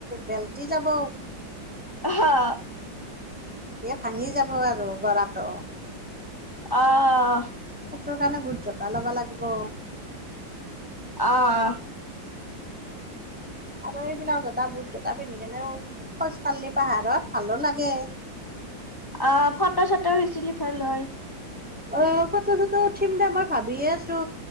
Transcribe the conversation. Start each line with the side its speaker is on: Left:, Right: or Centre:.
Centre: বেল্টি যাব
Left: হা
Centre: এ ভাঙি যাব আৰু গৰাটো
Left: অহ
Centre: তোৰকাৰণে বুুত জোতা ল'ব লাগিব
Left: অহ অহ।
Centre: আৰু এইবিলাক জোতা বুট জোতা পিন্ধি কেনে খোজকাঢ়লে পাহাৰত ভালো লাগে
Left: অ ফটো চটো বেছিলি ভাল হয়
Centre: অ ফটো চটো উঠিম দে মই ভাবিয়ে আছো